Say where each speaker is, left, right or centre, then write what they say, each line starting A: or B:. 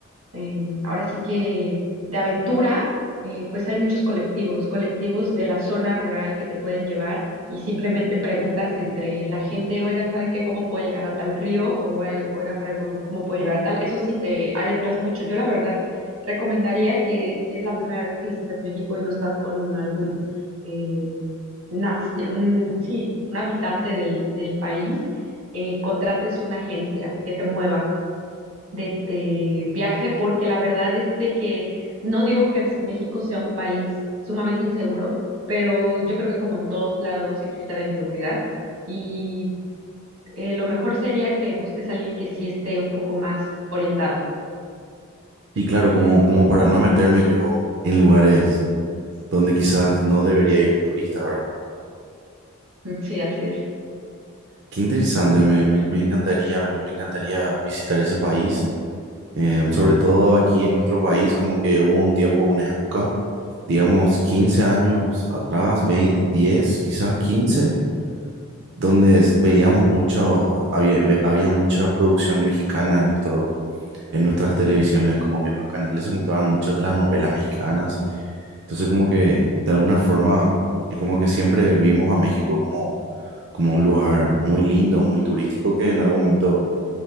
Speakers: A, on the right (about 90°); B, on the right (about 55°).
A: en- ahora sí que de aventura, eh, pues hay muchos colectivos, colectivos de la zona rural que te pueden llevar y simplemente preguntas entre la gente, oigan, ¿saben qué? ¿Cómo puedo llegar a tal río? O "Oigan, oigan, ¿saben cómo, cómo puedo llegar a tal? Eso sí te adentras mucho. Yo la verdad recomendaría que si es la primera vez que visitas México y no estás con algún, eh, naci- un, sí, un habitante del, del país, eh, contrates una agencia que te mueva de, de viaje, porque la verdad es de que no digo que México sea un país sumamente inseguro, pero yo creo que como en todos lados existe la inseguridad y eh, lo mejor sería que busques a alguien que sí esté un poco más orientado.
B: Y claro, como, como para no meterme yo en lugares donde quizás no debería ir un turista, ¿verdad?
A: <laughs> Sí, así es.
B: Qué interesante, me, me- me encantaría, me, me encantaría visitar ese país. Eh, sobre todo aquí en nuestro país, como que hubo un tiempo, una época, digamos 15 años atrás, 20 10, quizás quince donde s- veíamos mucho, había, ve- había mucha producción mexicana en nuestro, en nuestras televisiones, como que en los canales se mostraban muchas las novelas mexicanas. Entonces como que de alguna forma es como que siempre vimos a México como, como un lugar muy lindo, muy turístico que en algún momento